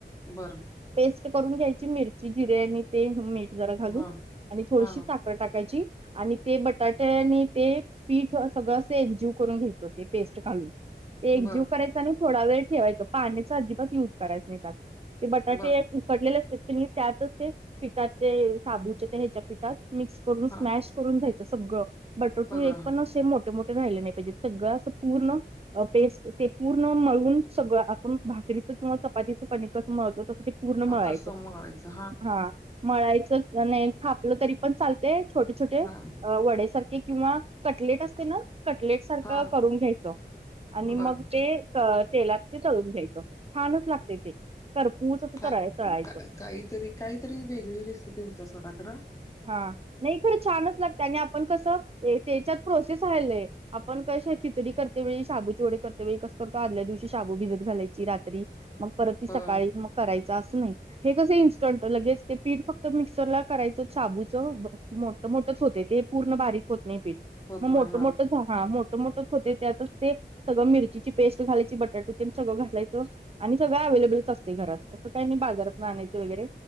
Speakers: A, on the left (about 15°); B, on the right (about 35°).
A: बरं
B: पेस्ट करून घ्यायची मिरची जिरे आणि ते मीठ जरा घालून
A: हा
B: आणि थोडीशी
A: हा हा
B: सा टाकायची आणि ते बटाटे आणि ते पीठ सगळं असे एकजीव करून घेत हो ते पेस्ट घालून ते एकजीव
A: बर
B: करायच आणि थोडा वेळ ठेवायचं पाण्याचा अजिबात युज करायच नाही त्यात ते बटाटे
A: बर
B: उकडलेले असतात की नी त्यातच ते पीठात ते साबूचे ते ह्याच्या मिक्स करून
A: हा
B: स्मास करूनयच सगळ बटरटू
A: सगळं
B: पण मोठे मोठे राहिले नाही पाहिजे सगळं असं पूर्ण पेस्ट ते पूर्ण मळून सगळं आपण भाकरीच किंवा चपातीच कणिक मळतो. ते पूर्ण
A: हा
B: मिळायचं
A: तसं मळायचं
B: हा. मळायचं नाही थापलं तरी पण चालते छोटे छोटे
A: हा
B: वड्यासारखे किंवा कटलेट असते ना, कटलेट सारखं
A: हा
B: करून घ्यायचं आणि मग
A: बर हा
B: ते तेलात तळून घ्यायचं. छानच लागते ते खरपूस असं
A: का
B: तळायचं.
A: काहीतरी काहीतरी वेगळी रेसिपी होत्या सोडाखरा.
B: हा नाही खरं छानच लागत आणि आपण कसं त्याच्यात प्रोसेस आहे लई. आपण कसे खिचडी करते वेळी शाबू चिवडे करते वेळी कसं करतो आदल्या दिवशी शाबू भिजत घालायची रात्री मग परत
A: होय
B: सकाळी मग करायच असं नाही हे कस इन्स्टंट लगेच ते पीठ फक्त मिक्सरला करायच. साबूच मो मोठच होते ते पूर्ण बारीक होत नाही पीठ
A: होत
B: मग
A: नाही
B: मोठ
A: हा
B: मोठ हा मोठ मोठं होते त्यातच ते सगळं मिरचीची पेस्ट घालायची बटाटो ते सगं घालायचं. आणि सगळ्या अव्हेलेबलच असते घरात असं काही नाही बाजारात ना आणयच वगैरे